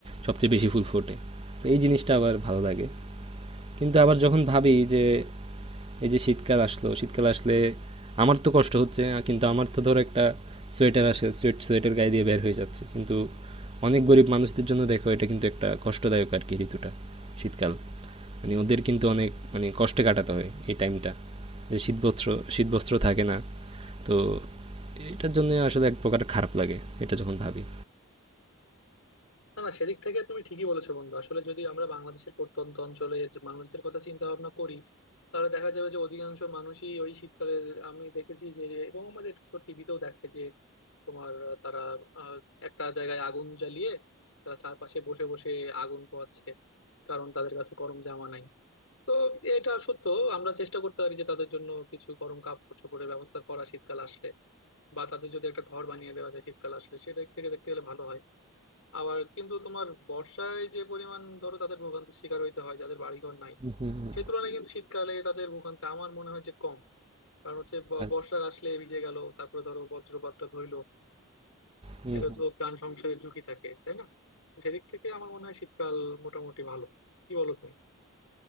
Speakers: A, on the right; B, on the left.
A: সবচেয়ে বেশি ফুল ফোটে তো এই জিনিসটা আবার ভালো লাগে কিন্তু আবার যখন ভাবি যে এই যে শীতকাল আসলো শীতকাল আসলে আমার তো কষ্ট হচ্ছে আহ, কিন্তু আমার তো ধরো একটা সোয়েটার আসে সোয়েট সোয়েটার গায়ে দিয়ে বের হয়ে যাচ্ছে কিন্তু অনেক গরিব মানুষদের জন্য দেখো এটা কিন্তু একটা কষ্টদায়ক আর কি ঋতুটা শীতকাল মানে ওদের কিন্তু অনেক মানে কষ্টে কাটাতে হয় এই টাইমটা যে শীতবস্ত্র শীতবস্ত্র থাকে না তো এটার জন্য আসলে এক প্রকার খারাপ লাগে এটা যখন ভাবি
B: না না সেদিক থেকে তুমি ঠিকই বলেছো বন্ধু আসলে যদি আমরা বাংলাদেশের প্রত্যন্ত অঞ্চলের যে মানুষদের কথা চিন্তা ভাবনা করি তাহলে দেখা যাবে যে অধিকাংশ মানুষই ওই শীতকালে আমি দেখেছি যে এবং আমাদের তো টিভিতেও দেখায় যে তোমার আহ, তারা আহ, একটা জায়গায় আগুন জ্বালিয়ে তারা চারপাশে বসে বসে আগুন পোহাচ্ছে কারণ তাদের কাছে গরম জামা নাই তো এটা সত্য আমরা চেষ্টা করতে পারি যে তাদের জন্য কিছু গরম কাপড় চোপড়ের ব্যবস্থা করা শীতকাল আসলে বা তাদের যদি একটা ঘর বানিয়ে দেওয়া যায় শীতকাল আসলে সেটা থেকে দেখতে গেলে ভালো হয় আবার কিন্তু তোমার বর্ষায় যে পরিমাণ ধরো তাদের ভোগান্তির শিকার হইতে হয় যাদের বাড়িঘর নাই
A: হুম হুম হুম,
B: সে তুলনায় কিন্তু শীতকালে তাদের ভোগান্তি আমার মনে হয় যে কম কারণ হচ্ছে
A: আচ্ছা,
B: ব- বর্ষা আসলে ভিজে গেল তারপরে ধরো বজ্রপাতটা ধইলো
A: হুম
B: এটা
A: হুম।
B: তো প্রাণ সংশয়ের ঝুঁকি থাকে তাই না তো সেদিক থেকে আমার মনে হয় শীতকাল মোটামুটি ভালো কি বলো তুমি